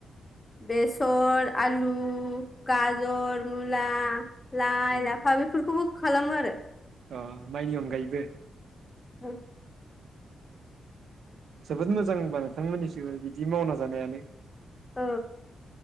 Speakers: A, on the left (about 20°); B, on the right (about 65°).
A: बेसर, आलु, गाजर, मुला। लाइ,
B: अ
A: लाफा बेखौबो खालामो आरो
B: अ माइनि अनगायैबो
A: औ।
B: जोबोद मोजांबा नोंथांमोननिसोबो बिदि मावना जानायानो
A: औ।